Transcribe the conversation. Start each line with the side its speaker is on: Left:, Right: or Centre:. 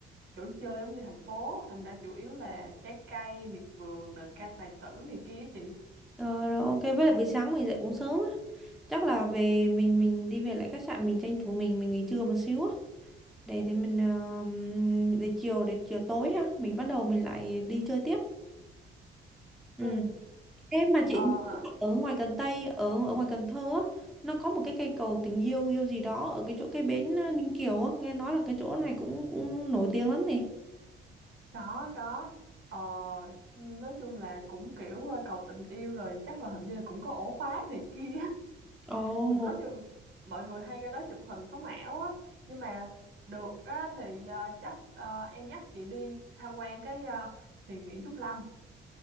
Right: chỗ chơi giống như thành phố thành ra chủ yếu là trái cây miệt vườn đờn ca tài tử này kia á chị
Centre: ờ, rồi ok với lại buổi sáng mình dậy cũng sớm á chắc là về mình mình đi về lại khách sạn mình tranh thủ mình mình nghỉ trưa một xíu á để để mình ờ, để chiều để chiều tối ha mình bắt đầu mình lại đi chơi tiếp ừ
Right: Ừ.
Centre: Em mà chị
Right: Ờ,
Centre: ở ngoài Cần Tây ở ở ngoài Cần Thơ á, nó có một cái cây cầu tình yêu yêu gì đó ở cái chỗ cái bến ờ, Ninh Kiều á, nghe nói là cái chỗ này cũng cũng nổi tiếng lắm nè.
Right: Có, có. Ờ, nói chung là cũng kiểu ờ, cầu tình yêu rồi chắc là hình như là cũng có ổ khóa này kia. <laughs>
Centre: Ồ.
Right: Nói chung mọi người hay ra đó chụp hình sống ảo á. Nhưng mà được á, thì ờ, chắc ờ, em dắt chị đi tham quan cái ờ, thiền viện Trúc Lâm